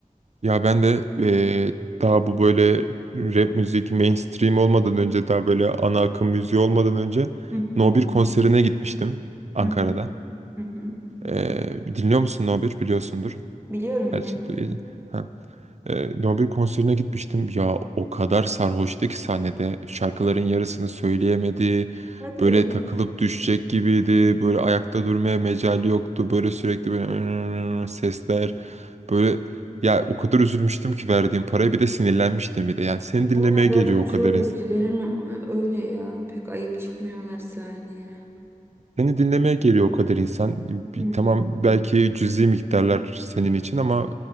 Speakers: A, on the right; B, on the right.
A: Ya ben de eee, daha bu böyle rap müzik mainstream olmadan önce daha böyle ana akım müziği olmadan önce
B: Hı hı.
A: No 1 konserine gitmiştim Ankara'da.
B: Hı hı. Hı hı.
A: Eee, dinliyor musun No 1 biliyorsundur.
B: Biliyorum
A: Gerçi
B: biliyorum.
A: du- e, ha. E, Nobel konserine gitmiştim. Ya o kadar sarhoştu ki sahnede. Şarkıların yarısını söyleyemedi.
B: Hadi
A: Böyle
B: ya.
A: takılıp düşecek gibiydi. Böyle ayakta durmaya mecali yoktu. Böyle sürekli böyle <laughs> "Iıı" sesler. Böyle ya o kadar üzülmüştüm ki verdiğim paraya bir de sinirlenmiştim bir de. Yani seni dinlemeye
B: Ama zaten
A: geliyor o
B: çoğu
A: kadar
B: rapçilerin
A: insan.
B: e, öyle ya. Pek ayık çıkmıyorlar sahneye.
A: Seni dinlemeye geliyor o kadar insan.
B: Hmm,
A: Bir- Tamam belki cüzi miktarlar senin için ama